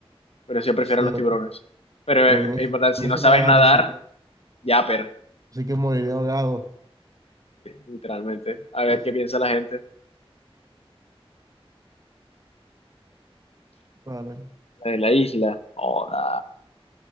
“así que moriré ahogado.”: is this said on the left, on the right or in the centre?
Right